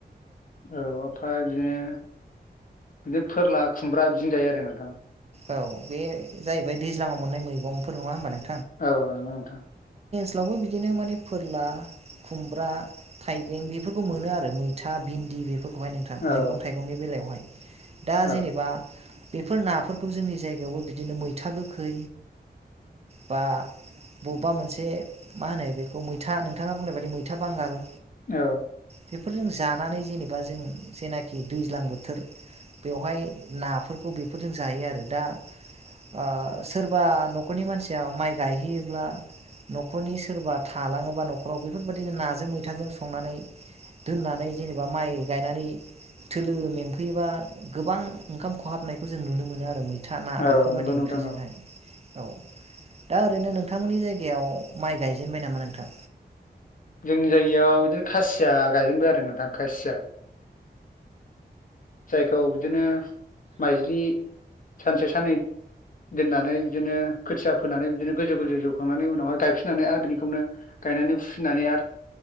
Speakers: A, on the left (about 55°); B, on the right (about 40°).
A: औ ओमफाय बिदिनो बिदिनो फोरला खुमब्रा बिदिजों जायो आरो नोंथां।
B: औ बे जाहैबाय दैज्लाङाव मोननाय मैगंफोर नङा होनबा नों
A: औ नंगौ नोंथां।
B: लावबो बिदिनो माने फोरला खुमब्रा थाइबें बेफोरखौ मोनो आरो मैथा भिन्दि बे फोरखौहाय नोंथां
A: औ
B: मैगं थाइगंनि बेलायावहाय। दा
A: औ
B: जेनेबा बेफोर नाफोरखौ जोंनि जायगायावबो बिदिनो मैथा गोखै बा बबबा मोनसे मा होनो बेखौ मैथा नोंथाङा बुंनाय बायदि मैथा बांगाल
A: औ
B: बेफोरजों जानानै जेनेबा जों जेनाखि दैज्लां बोथोर बेवहाय नाफोरखौ बेफोरजों जायो आरो दा ओ सोरबा नखरनि मानसिया माइ गायहैयोब्ला नखरनि सोरबा थालाङोबा नखराव बेफोरबायदि नाजों मैथाजों संनानै दोननानै जेनेबा माइ गायनानै थोलो मेंफैयोबा गोबां ओंखाम खहाबनायखौ जों नुनो मोनो आरो मैथा ना
A: औ
B: बेफोरबायदि
A: नंगौ
B: ओंख्रिजोंहाय
A: नोंथां औ
B: औ दा ओरैनो नोंथांमोननि जायगायाव माइ गायजेनबाय नामा नोंथां
A: जोंनि जायगायाव बिदिनो खासिया गायजेनबाय आरो नोंथां खासिया जायखौ बिदिनो माइज्लि सानसे साननै दोननानै बिदिनो खोथिया फोनानै बिदिनो गोजौ गोजौ जौखांनानै उनावहाय गायफिननानै आरो बिनिखौनो गायनानै फुफिननानै आर